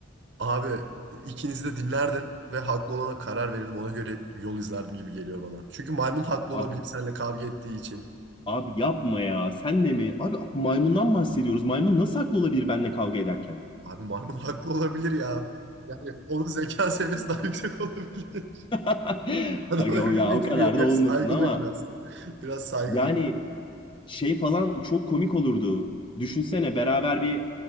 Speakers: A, on the right (about 65°); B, on the left (about 25°).
A: Abi ikinizi de dinlerdim ve haklı olana karar verirdim. Ona göre yol izlerdim gibi geliyor bana. Çünkü maymun haklı
B: Abi,
A: olabilir seninle kavga ettiği için.
B: abi yapma ya. Sen de mi? Abi maymundan bahsediyoruz. Maymun nasıl haklı olabilir benimle kavga ederken?
A: Abi maymun haklı olabilir ya. Yani onun zeka seviyesi daha yüksek olabilir.
B: <laughs>
A: <laughs> Adam
B: Aga
A: evrim
B: o ya
A: geçiriyor.
B: o kadar
A: Biraz
B: da olmasın
A: saygı
B: ama
A: duy biraz. <laughs> Biraz saygı
B: yani
A: duy.
B: şey falan çok komik olurdu. Düşünsene beraber bir